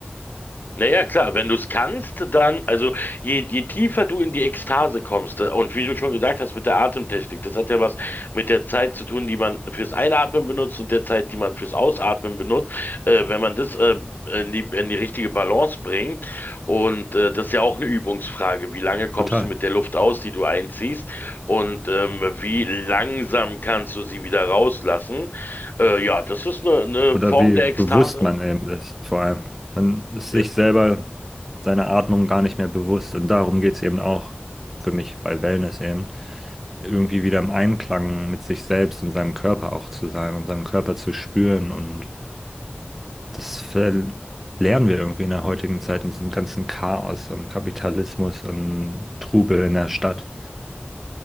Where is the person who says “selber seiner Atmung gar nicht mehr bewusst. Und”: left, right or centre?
Centre